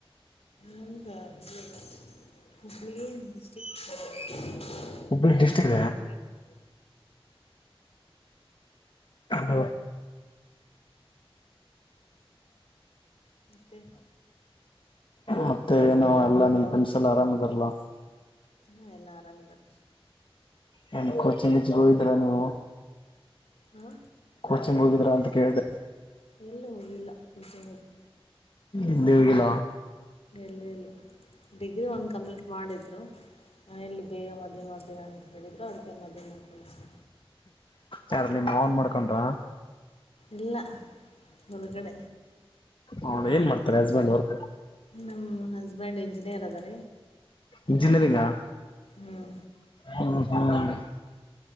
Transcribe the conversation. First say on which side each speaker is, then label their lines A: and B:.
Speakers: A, on the left (about 90°); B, on the left (about 55°).
A: ನಮ್ದು ಇಲ್ಲಿ ಹುಬ್ಬಳ್ಳಿ ಡಿಸ್ಟ್ರಿಕ್ <unintelligible>
B: ಹುಬ್ಬಳ್ಳಿ ಡಿಸ್ಟಿಕ್ ಹಂಗೆ
A: ಮತ್ತೆ
B: ಮತ್ತೆ ನಾವ ಎಲ್ಲಾ ನಿಮ್ ಫೆಂಡ್ಸ್ ಎಲ್ಲ ಆರಾಮ್ ಇದಾರಲ್ಲ
A: ಹಾ ಎಲ್ಲ ಆರಾಮ್ ಇದಾರೆ
B: ನನ್ ಕೋಚ <unintelligible> ಹೋಗಿದಿರ ನೀವು
A: ಹಾ
B: ಕೋಚಿಂಗ್ ಹೋಗಿದ್ರ ಅಂತ ಕೇಳ್ದೆ
A: ಎಲ್ಲು ಹೋಗ್ ಇಲ್ಲ <unintelligible>
B: ಇಲ್ಲಿಗಲ
A: ಎಲ್ಲ ಇಲ್ಲ ಡಿಗ್ರಿ ಒಂದು ಕಂಪ್ಲೀಟ್ ಮಾಡಿದರು ಎಲ್ಲಿ ಬೇಗ ಮದುವೆ ಮಾಡ್ತೀರಾ ಅಂತ ಹೇಳಿದ್ರು ಅಂತ ಮದುವೆ ಮಾಡಕಳಿಸಿಿ
B: ಯಾರು ನಿಮ್ಮ ಮಾನ್ ಮಾಡ್ಕೊಂಡ್ರಾ.
A: ಇಲ್ಲ ಹೊರಗಡೆ.
B: ಹೌದ ಏನ್ ಮಾಡ್ತಾರೆ ಹಸ್ಬೆಂಡ್ ಅವರ್
A: ನಮ್ಮ್ ಹಸ್ಬೆಂಡ್ ಇಂಜಿನಿಯರ್ ಅದಾರ.
B: ಇಂಜಿನಿಯರಿಂಗಾ
A: ಹ್ಮ್
B: ಹ್ಮ-